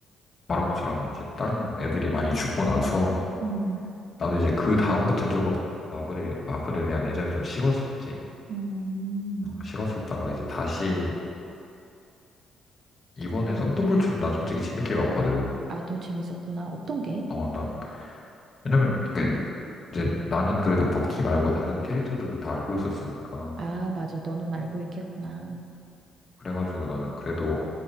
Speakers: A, on the left (about 40°); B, on the right (about 55°).
A: 말한 것처럼 이제 다른 애들이 많이 죽고 나서
B: 음,
A: 나도 이제 그 다음부터 조금 마블에, 마블에 대한 애정이 좀 식었었지.
B: 음.
A: 어, 식었었다가 이제 다시 이번에 썬더볼츠는 난 솔직히 재밌게 봤거든.
B: 아, 넌 재밌었구나. 어떤 게?
A: 어, 나, 왜냐면, 이게 이제 나는 그래도 버키 말고 다른 캐릭터들도 다 알고 있었으니까.
B: 아, 맞아. 너는 알고 있겠구나.
A: 그래가지고 나는 그래도